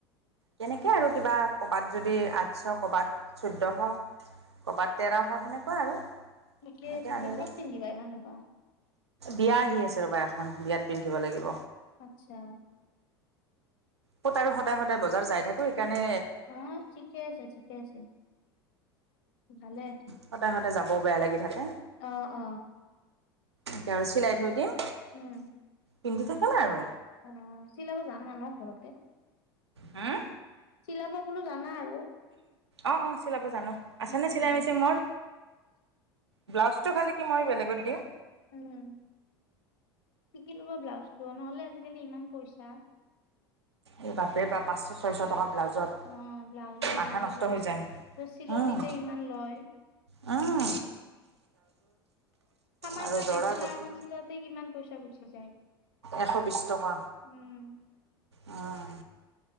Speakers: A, on the right; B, on the left.
A: তেনেকে আৰু কিবা কবাত যদি আঠশ কবাত চৈধ্যশ কবাত তেৰশ সেনেকুৱা আৰু
B: ঠিকে
A: এনেকৈ
B: ঠিকে
A: আনিলোঁ
B: ক'ত পিন্ধিবা ইমান সুপা
A: বিয়া আহি আছে ৰবা এখন বিয়াত পিন্ধিব লাগিব।
B: আটচ্ছা।
A: ক'ত আৰু সদায় সদায় বজাৰ যাই থাকো সেইকানে
B: হয় ঠিকে আছে ঠিকে আছে ভালে।
A: সদায় সদায় যাব বেয়া লাগি থাকে
B: অ অ
A: এতিয়া আৰু চিলাই থৈ দিম
B: উম
A: পিন্ধি থাকিম আৰু
B: অ চিলাব জানা ন ঘৰত?
A: হম
B: চিলাব বোলো জানা আৰু
A: অ অ চিলাব জানো আছেনে
B: উম উম
A: চিলাই
B: উম
A: মিচিং মোৰ ব্লাউজটো খালি কি মই বেলেগত দিওঁ
B: উম শিকি ল'ব ব্লাউজটো নহ'লে আজিকালি ইমান পইচা
A: এই বাপেৰে বা পাঁচশ, ছয়শ টকা ব্লাউজত
B: অ ব্লাউজৰ
A: মাথা
B: ইমান পইচা
A: নষ্ট হৈ যায়
B: চিলনিতে
A: উম
B: ইমান লয়
A: উম।
B: সামান্য
A: আৰু জৰা
B: মেখেলা
A: গোটেই
B: এখন চিলাওঁতে কিমান পইচা গুচি যায়?
A: এশ বিশ টকা।
B: উম।
A: উম